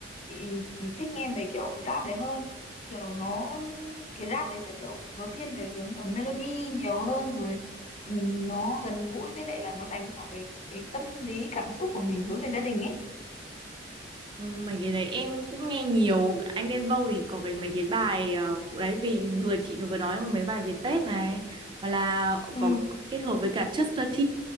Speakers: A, on the left; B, on the right.
A: Chị thích nghe về kiểu rap đấy hơn kiểu nó cái rap đấy sẽ kiểu nó thiên về hướng ở melody nhiều hơn rồi ừm, nó gần gũi với lại là nó đánh vào cái cái tâm lý cảm xúc của mình hướng về gia đình ấy
B: Ừ, mấy cái đấy em cũng nghe nhiều anh Đen Vâu thì có cái mấy cái bài ờ, đấy vì vừa chị vừa nói mấy bài về Tết này hoặc là
A: ừ
B: có kết hợp với cả Chester T